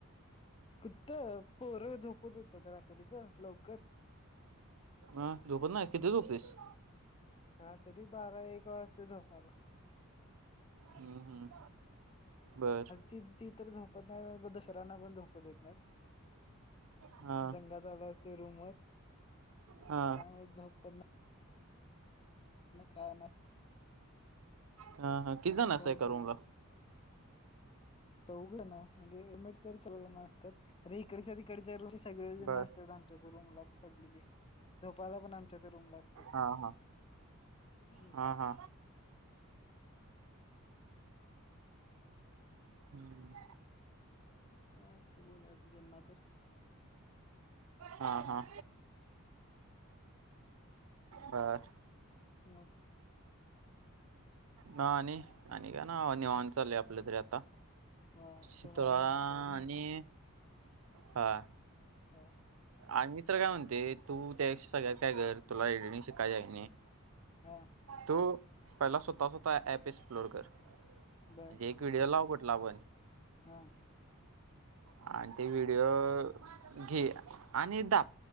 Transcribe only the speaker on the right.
अ झोपत नाहीस कितीला झोपतइस
हम्म हम्म बर
हा
हा
हा हा किती
जण असाय
का रूमला
बर
हा हा
हा हा हम्म
हा हा बर
ह आणि आणि का ना निवान चाल आपलं तरी आता
शितळा
आणि हा
आणि मी तर्र काय म्हणते तू त्यापेक्षा सगळ्यात काय कर तुला रेडिंग शिकायच आहे नाही
तो पहिला स्वतः स्वतः ऍप एक्सप्लोड कर म्हणजे
पिडओ लाव कुठला आपण
आणि ते व्हिडिओ घे आणि दाप